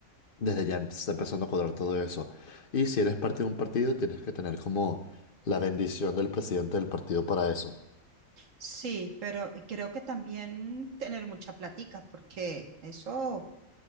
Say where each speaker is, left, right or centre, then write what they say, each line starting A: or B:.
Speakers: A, on the left; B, on the right.
A: desde ya está empezando a cuadrar todo eso. Y si eres parte de un partido, tienes que tener como la bendición del presidente del partido para eso.
B: sí, pero creo que también tener mucha platica, porque eso,